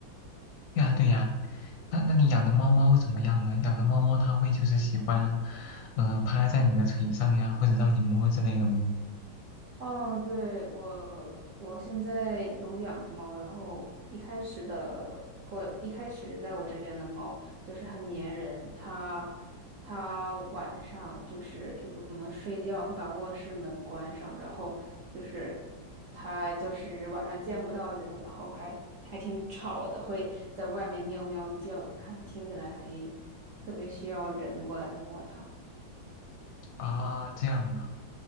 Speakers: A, on the left; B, on the right.
A: 对呀，对呀，那那你养的猫猫怎么样呢？养的猫猫它会就是喜欢，呃，趴在你的腿上呀，或者让你摸之类的吗？
B: 嗯，对，我我现在有两个猫，然后一开始的过一开始在我这边的猫就是很粘人，它它晚上就是一我们睡觉会把卧室门关上，然后就是它就是晚上见不到人，然后还还挺吵的，会在外面喵喵叫，看听起来还特别需要人过来摸它，
A: 啊，这样啊，